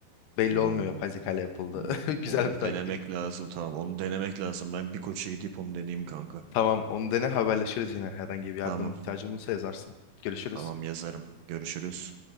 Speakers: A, on the left; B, on the right.
A: Belli
B: Oo,
A: olmuyor yapay zeka ile yapıldı.
B: onu
A: <laughs> Güzel
B: onu
A: bir taktik.
B: denemek lazım tamam. Onu denemek lazım. Ben bir koça gidip onu deneyeyim kanka.
A: Tamam onu dene haberleşiriz yine. Herhangi bir yardım
B: Tamam
A: ihtiyacın olursa yazarsın. Görüşürüz.
B: tamam yazarım. Görüşürüz.